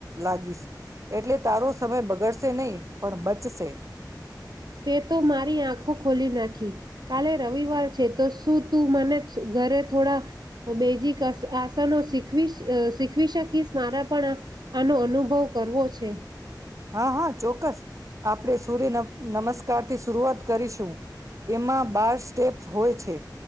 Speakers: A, on the right; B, on the right.
A: લાગીશ એટલે તારો સમય બગડશે નહી પણ બચશે.
B: તે તો મારી આંખો ખોલી નાખી કાલે રવિવાર છે તો શું તું મને ઘરે થોડા બેજીક આ સનો શીખવીશ અ શીખવી શકીશ મારા પણ આનો અનુભવ કરવો છે.
A: હા હા ચોક્કસ. આપણે સૂર્ય નમ નમસ્કાર થી શરૂઆત કરીશું. એમાં બાર સ્ટેપ હોય છે.